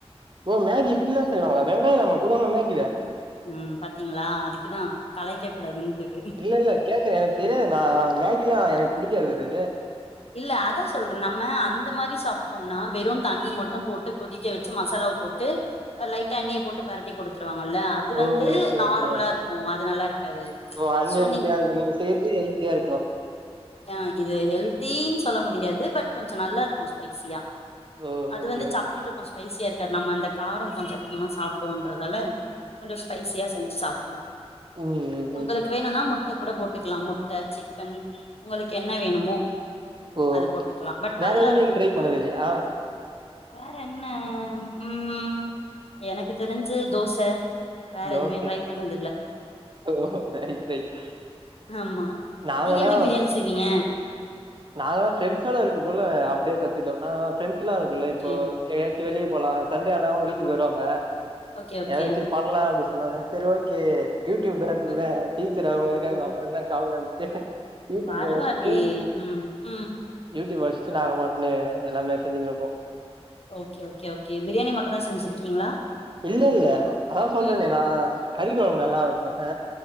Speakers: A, on the right; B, on the left.
A: ஓ மாகி இப்டில்லா செய்வாங்களா வெங்காயலாமா போடுவாங்கலா மகில
B: ம் பாத்தீங்களா அதுக்குதா கலாய்க்க கூடாதுன்றது
A: இல்ல இல்ல கேக்குற எனக்கு தெரியாதுங்க மகில்லா எனக்கு புடிக்காது அது
B: இல்ல அதா சொல்ற நம்ம அந்த மாதிரி சாப்ட்டோம்னா வெறு தண்ணி மட்டு போட்டு கொதிக்க வச் ச்சு மசாலாவப் போட்டு லைட்டா எண்ணைய போட்டு பெரட்டி குடுத்துருவாங்கல்ல அது
A: ஓ
B: வந்து
A: ஓகே
B: நார்மலா
A: ஓகே
B: இருக் கு அது நல்லா இருக்காது
A: ஓ அன்ஹெல்தியா
B: சோ
A: இருக்கு நீங்க செய்றது ஹெல்தியா இருக்கும்
B: அ இது ஹெல்தின்னு சொல்ல முடியாது பட் கொஞ்ச நல்லா இருக்கும் ஸ்பைசியா
A: ஓ
B: அது
A: ஓகே
B: வந்து
A: ஓகே
B: சப்புன்ருக்கும் ஸ்பைசியா இருக்காது நம்ம அந்த காரோ கொஞ்ச அதிகமாக சாப்பிடுவோன்றதால கொஞ்ச ஸ்பைசியா செஞ்சு சாப்புட்லா
A: ம் ம் ம்
B: உங்குளுக்கு வேணுன்னா முட் முட்ட கூட போட்டுக்கலா முட்ட சிக்கன் உங்குளுக்கு என்ன வேணுமோ
A: ஓ
B: அத போட்டுக்கலா பட்
A: வேற
B: நல்லா
A: எதுவு
B: இருக்கு
A: நீங்க ட்ரை பண்ணது இல்லையா
B: வேற என்ன ம் எனக்கு தெரிஞ்சு தோச வேற
A: தோச
B: எதுவுமே ட்ரை பண்ணது இல்ல
A: ஓ ரைட் ரைட்
B: ஆமா
A: நாங்கல்லா
B: நீங்க எப்டி பிரியாணி செய்வீங்க
A: நாங்கல்லா ஃப்ரெண்ட்ஸோட இருக்க போல அப்டியே கத்துட்டோ நா ஃப்ரெண்ட்ஸெல்லா இருக்கோல
B: ஓகே
A: இப்போ எங்கயாச்சு வெளிய போலா சண்டே ஆனா அவுங்க
B: ஆமா
A: வீட்டுக்கு வருவாங்க
B: ஓகே ஓகே
A: எதாச்சு பண்லா அப்டி சொல்லுவாங்க சரி ஓகே யூ டியூப் தா இருக்குல்ல
B: ம்
A: டீச்சர் அவுங்க
B: ஓ
A: இருக்காங்க அப்புறோ இன்னா கவலென்ட்டு யூ ட்யூப
B: பரவாயில்லயே
A: வெச்ட்டு
B: ம் ம்
A: யூ டியூப் வெச்ட்டு நாங்க பாட்னு எல்லாமே செஞ்சுனுருப்போ
B: ஓகே ஓகே ஓகே பிரியாணி மட்டுந்தா செஞ்சிருக்கீங்களா
A: இல்ல இல்ல அதா சொல்றேனே
B: ம்
A: நான் கறி கொழம்பு நல்லா வெப்பே